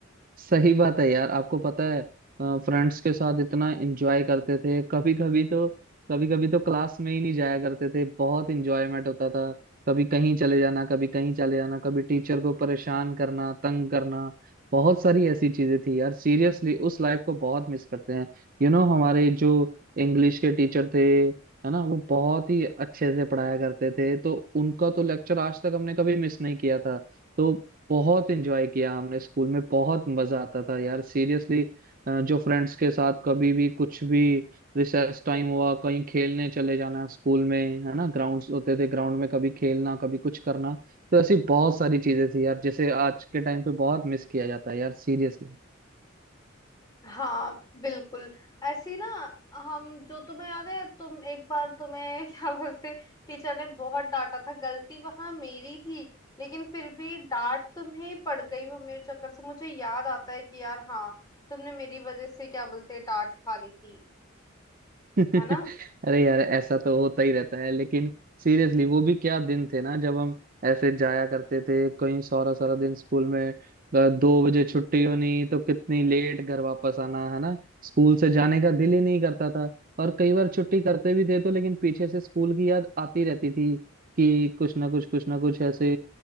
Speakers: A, on the right; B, on the left.
A: सही बात है यार आपको पता है फ्रेंड्स के साथ इतना एंजॉय करते थे कभी कभी तो कभी कभी तो क्लास में ही नहीं जाया करते थे बहुत एंजॉयमेंट होता था कभी कहीं चले जाना कभी कहीं चले जाना कभी टीचर को परेशान करना तंग करना बहुत सारी ऐसी चीजें थी यार सीरियसली उस लाइफ को बहुत मिस करते हैं यू you नो know, हमारे जो इंग्लिश के टीचर थे है ना वो बहुत ही अच्छे से पढ़ाया करते थे तो उनका तो लेक्चर आज तक हमने कभी मिस नहीं किया था तो बहुत एंजॉय किया हमने स्कूल में बहुत मजा आता था यार सीरियसली जो फ्रेंड्स के साथ कभी भी कुछ भी रिसेस टाइम हुआ कहीं खेलने चले जाना स्कूल में है ना ग्राउंड्स होते थे ग्राउंड में कभी खेलना कभी कुछ करना तो ऐसी बहुत सारी चीजें थी यार जैसे आज के टाइम पे बहुत मिस किया जाता है यार सीरियसली
B: हाँ बिल्कुल ऐसी ना हम जो तुम्हें याद है तुम एक बार तुम्हें <laughs> क्या बोलते टीचर ने बहुत डांटा था गलती वहां मेरी थी लेकिन फिर भी डांट तुम्हें पड़ गई वो मेरे चक्कर से मुझे याद आता है कि यार हाँ तुमने मेरी वजह से क्या बोलते डांट खा ली थी
A: <laughs>
B: है ना
A: अरे यार ऐसा तो होता ही रहता है लेकिन सीरियसली वो भी क्या दिन थे ना जब हम ऐसे जाया करते थे कहीं सारा सारा दिन स्कूल में अ, दो बजे छुट्टी होनी तो कितनी लेट घर वापस आना है ना स्कूल से जाने का दिल ही नहीं करता था और कई बार छुट्टी करते भी थे तो लेकिन पीछे से स्कूल की याद आती रहती थी कि कुछ ना कुछ कुछ ना कुछ ऐसे